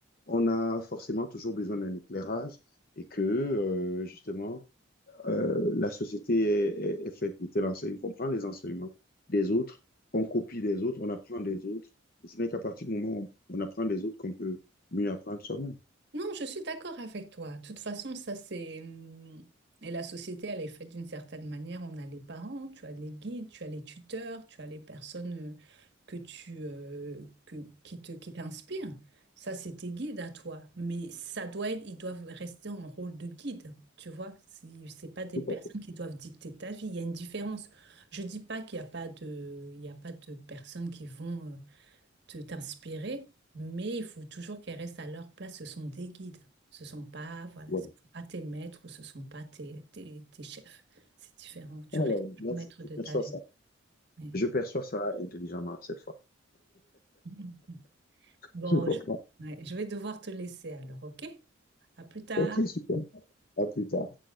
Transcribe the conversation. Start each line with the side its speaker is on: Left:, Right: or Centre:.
Left: on a forcément toujours besoin d'un éclairage et que, euh, justement, euh, la société est, est, est, faite de telle enseigne qu'on prend les enseignements des autres, on copie des autres, on apprend des autres. Et ce n'est qu'à partir du moment où on apprend des autres qu'on peut mieux apprendre soi-même.
Right: Non, je suis d'accord avec toi. De toute façon, ça c'est... hum, Et la société, elle est faite d'une certaine manière. On a les parents, tu as les guides, tu as les tuteurs, tu as les personnes euh, que tu, euh, que, qui te, qui t'inspirent. Ça, c'est tes guides à toi. Mais ça doit être, ils doivent rester en rôle de guide, tu vois. C'est c'est pas des
Left: Tout
Right: personnes
Left: à fait.
Right: qui doivent dicter ta vie. Il y a une différence. Je dis pas qu'il n'y a pas de, il y a pas de personnes qui vont... euh, te t'inspirer, mais il faut toujours qu'elles restent à leur place. Ce sont des guides. Ce sont pas, voilà,
Left: Voilà.
Right: ce sont pas tes maîtres ou ce sont pas tes, tes, tes chefs. C'est différent. Tu
Left: Alors,
Right: restes toujours
Left: là,
Right: maître
Left: je,
Right: de
Left: je perçois
Right: ta vie.
Left: ça.
Right: Mais-
Left: Je perçois ça intelligemment cette fois.
Right: <laughs> Bon,
Left: Je comprends.
Right: je, ouais, je vais devoir te laisser alors, ok? À plus tard.
Left: OK, super. À plus tard.